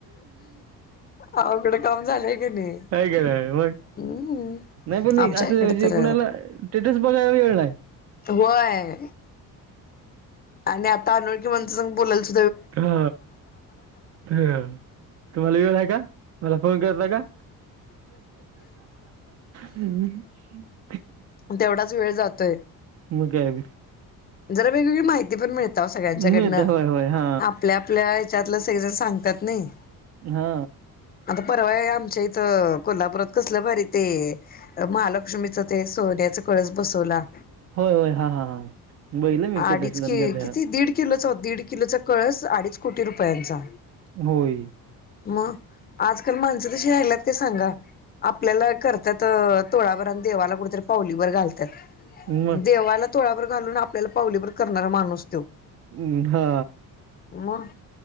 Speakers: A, on the left (about 25°); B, on the right (about 45°).
A: अवघड काम झालंय की नाही
B: का आहे मग
A: हम्म
B: नाही पण
A: आमच्या
B: असं
A: इकड
B: म्हणजे
A: तर
B: <unintelligible> कुणाला सेटस बघा वेळ नाही्.
A: होय आणि आता अनोळकी मंतसंघ बोयचो.
B: हा ह तुम्हाला वेळ आहे का मला फोन करता का. हम् <unintelligible>
A: तेवढाच वेळ जातोय
B: म काय त <unintelligible>
A: जरा वेगवेगळी माहिती पण मिळते. सगळ्यांच्याकडन
B: मिळते होय होय हा
A: आपल्या आपल्या ह्याच्यातलं सगज सांग. त्यात नाही.
B: हा.
A: आता परवा आमच्या इथं कोल्हापुरात कसलं भारी ते महालक्ष्मीचं ते सोन्याच कळस बसवला.
B: होय होय हा हा हा. बघितलं मी स्टेटसला
A: अडीच क
B: म्हणजे आपल्या
A: किती दीड किलो च दीड किलोचा कळस अडीच कोटी रुपय. पयांचा
B: होय
A: मग, आजकाल माणसं तशी राहल्यात ते सांगा, आपल्याला करतात अ तोळाभरात आणि देवाला कुठेतरी पावलीभर घालतात.
B: मग
A: देवाला तोळाभर घालून आप आपल्याला पावलीभर करणारा माणूस तो.
B: हम्म हा.
A: मग,